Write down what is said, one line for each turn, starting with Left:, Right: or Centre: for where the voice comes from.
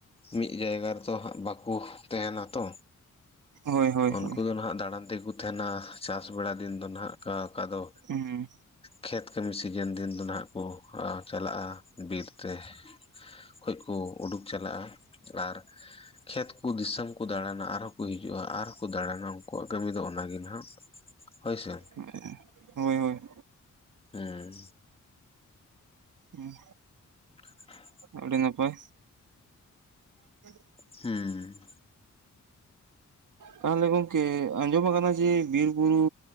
Left: ᱢᱤᱫ ᱡᱟᱭᱜᱟ ᱨᱮᱫᱚ ᱦᱟᱸᱜ ᱵᱟ ᱠᱚ ᱛᱟᱦᱮᱸᱱᱟ ᱛᱚ,
Right: ᱦᱳᱭ ᱦᱳᱭ
Left: ᱩᱱᱠᱩ
Right: ᱦᱳᱭ
Left: ᱫᱚ ᱱᱟᱦᱟᱜ ᱫᱟᱬᱟᱱ ᱛᱮᱠᱚ ᱛᱟᱦᱮᱸᱱᱟ ᱪᱟᱥ ᱵᱮᱲᱟ ᱫᱤᱱ ᱫᱚ ᱱᱟᱦᱟᱜ ᱚᱠᱟ ᱚᱠᱟ ᱫᱚ
Right: ᱩᱦᱩᱸ
Left: ᱠᱷᱮᱛ ᱠᱟᱹᱢᱤ ᱥᱤᱡᱮᱱ ᱫᱤᱱ ᱫᱚ ᱱᱟᱦᱟᱜ ᱠᱚ ᱟ ᱪᱟᱞᱟᱜᱼᱟ ᱵᱤᱨ ᱛᱮ ᱠᱷᱚᱡ ᱠᱚ ᱩᱰᱩᱠ ᱪᱟᱞᱟᱜᱼᱟ ᱟᱨ ᱠᱷᱮᱛ ᱠᱩ ᱫᱤᱥᱚᱢ ᱠᱩ ᱫᱟᱬᱟᱱᱟ ᱟᱨᱦᱚᱸ ᱠᱚ ᱦᱤᱡᱩᱜᱼᱟ ᱟᱨ ᱠᱚ ᱫᱟᱬᱟᱱᱟ ᱩᱱᱠᱩᱣᱟᱜ ᱠᱟᱹᱢᱤ ᱫᱚ ᱚᱱᱟᱜᱮ ᱱᱟᱦᱟᱜ ᱦᱚᱭ ᱥᱮ
Right: ᱢᱮᱸᱻ ᱦᱚᱭ ᱦᱚᱭ
Left: ᱮᱸ
Right: ᱩᱸᱦ
Left: <inaudible> ‍‍
Right: ᱟᱹᱰᱤ ᱱᱟᱯᱟᱭ <inaudible>
Left: ᱪᱷᱮᱸ
Right: ᱛᱟᱦᱞᱮ ᱜᱚᱢᱠᱮ ᱟᱧᱡᱚᱢ ᱠᱟᱱᱟ ᱡᱮ ᱵᱤᱨ ᱵᱩᱨᱩ